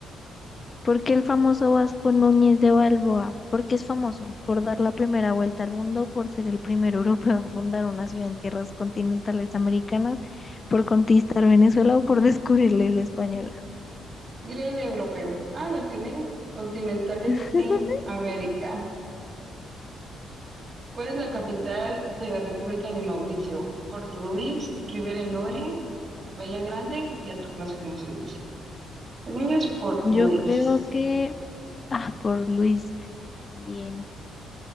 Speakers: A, on the left (about 30°); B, on the right (about 45°).
A: ¿Por qué el famoso Vasco Núñez de Balboa? ¿Por qué es famoso? Por dar la primera vuelta al mundo, por ser el primer europeo en fundar una ciudad en tierras continentales americanas, por conquistar Venezuela o por descubrir la isla española.
B: Diré de europeo. Ah, la tiene continentales
A: <laughs>
B: en América. ¿Cuál es la capital de la República de Mauricio? Porto Luis, Rivera Noria, Bahía Grande y otro que no sé cómo se dice. Según yo es Porto Luis.
A: Yo creo que... Ah, por Luis. Bien.